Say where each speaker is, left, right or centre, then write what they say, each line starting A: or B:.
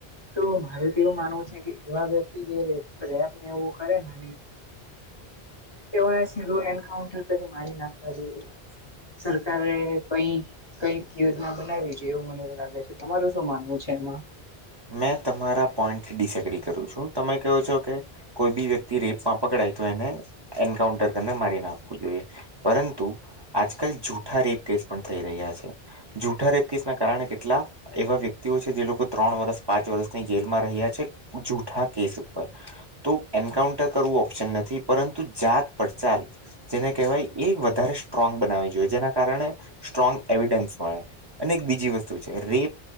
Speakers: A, on the left (about 30°); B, on the right (about 30°).
A: તો મારુ તો એવું માનવું છે કે, એવા વ્યક્તિ જે રેપ એવું કરે ને, તો એને સીધું એન્કાઉન્ટર કરી મારી નાખવા જોઈએ, સરકારે કંઈ કંઈક યોજના બનાવી જોઈએ, એવું મને લાગે છે, તમારું શું માનવું છે એમાં?
B: મેં તમારા પોઈન્ટ ડીસ એગ્રી કરું છું, તમે કહો છો કે કોઈ બી વ્યક્તિ રેપમાં પકડાય, તો એને એન્કાઉન્ટર કરીને મારી નાખવું જોઈએ. પરંતુ આજકાલ જૂઠા રેપ કેસ પણ થઈ રહ્યા છે. જૂઠા રેપ કેસના કારણે, કેટલાક એવા વ્યક્તિઓ છે, જે લોકો ત્રણ વર્ષ પાંચ વર્ષની જેલમાં રહ્યા છે, જૂઠા કેસ ઉપર તો એન્કાઉન્ટર કરવું ઓપ્શન નથી, પરંતુ જાત પડચાલ જેને કહેવાય, એ વધારે સ્ટ્રોંગ બનાવી જોઈએ, જેના કારણે સ્ટ્રોંગ એવિડન્સ મળે. અને એક બીજી વસ્તુ છે, રેપ,